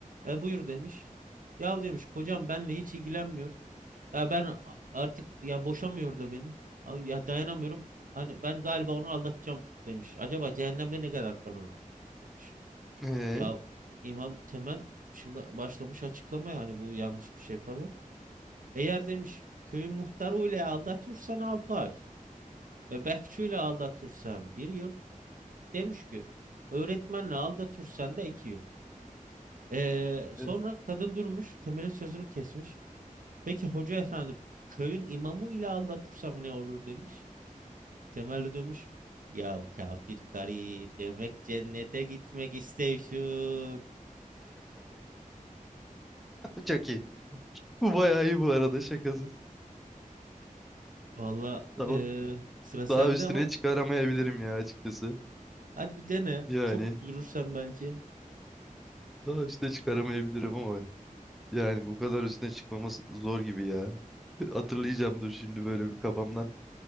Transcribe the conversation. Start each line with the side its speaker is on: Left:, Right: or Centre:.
Right: E, buyur demiş. Yahu demiş kocam benle hiç ilgilenmiyor. Ya ben a- artık ya boşamıyor da beni. Ay, Ya dayanamıyorum. Hani ben galiba onu aldatacağım demiş. Acaba cehennemde ne kadar kalırım? demiş.
Centre: Ee,
Right: Ya İmam Temel şimdi başlamış açıklamaya hani bu yanlış bir şey falan. Eğer demiş köyün muhtarı ile aldatıyorsan 6 ay. E, bekçi ile aldatıyorsan 1 yıl. Demiş ki öğretmenle aldatıyorsan da 2 yıl. E, sonra
Centre: <laughs>
Right: kadın durmuş Temel'in sözünü kesmiş. Peki hoca efendi köyün imamı ile aldatırsam ne olur demiş. Temel de demiş ya kafir karı demek cennete gitmek istiyorsun.
Centre: çok iyi. Bu bayağı iyi bu arada şakasız.
Right: Valla
Centre: Tamam.
Right: e, sıra sende
Centre: Daha üstüne
Right: ama
Centre: çıkaramayabilirim ya açıkçası.
Right: Hadi bir dene.
Centre: Yani
Right: Çok güldürürsen belki.
Centre: daha üstüne çıkaramayabilirim ama yani bu kadar üstüne çıkmamız zor gibi ya. <laughs> Hatırlayacağım dur şimdi böyle bir kafamdan